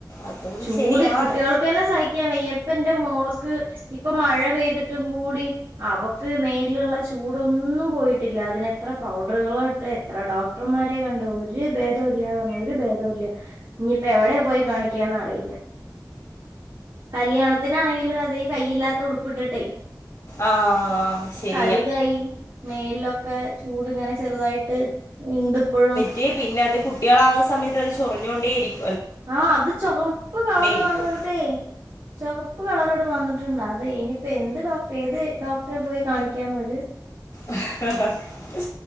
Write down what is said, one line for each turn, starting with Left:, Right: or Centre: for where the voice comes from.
Left: അതും
Right: ചൂട്
Left: ശരിയാണ്
Right: കുട്ട്യാൾക്കെന്നെ സഹിക്കാവെയ്യ ഇപ്പന്റെ മോള്ക്ക് ഇപ്പൊ മഴ പെയ്തിട്ടും കൂടി അവക്ക് മേ ല്ള്ള ചൂടൊന്നും പോയിട്ടില്ല അതിനെത്ര പൗഡർകളാഇട്ടേ എത്ര ഡോക്ടർമാരെ കണ്ടു ഒരി ഒരു ഭേദോല്ലാ പറഞ്ഞ ഒരിഭ ദോല്ലാ ഇനിപ്പെ എവിടെ പോയി കാണിക്കാന്നറിയില്ല കല്യാണത്തിന് ണാണെങ്കിലും അത് ഈ കയ്യില്ലാത്ത ഉടുപ്പിട്ടിട്ടെ
Left: ആഹ് ശരി
Right: അതികായി മേലിലൊക്കെ ചൂട് ഇങ്ങനെ ചെറുതായിട്ട് ഇണ്ട് ഇപ്പോഴും
Left: തീ പിന്നെ അത് കുട്ട്യാള ആവുന്ന സമയത്ത് അത് ചൊറിഞ്ഞൊണ്ടേ ഇരിക്കും
Right: ആഹ് അത് ചുവപ്പ് കളറ്
Left: ഇരിക്കും
Right: വന്നിട്ടെയ് ചൊകപ്പ് കളറ്ട് വന്നിട്ട്ണ്ട് അതേനിപ്പോ എന്ത് ഡോക്ടർ ഏത് ഡോക്ടറെ പോയി കാണിക്കാ ന്നഒരു
Left: ഇഹ് ഹ ഹ